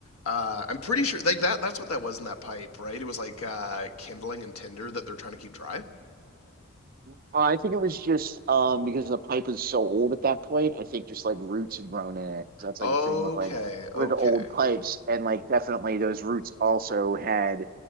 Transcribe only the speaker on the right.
Well, I think it was just um because the pipe was so old at that point. I think just like roots had grown in it. So that's
like a thing with like
with old pipes, and like definitely those roots also had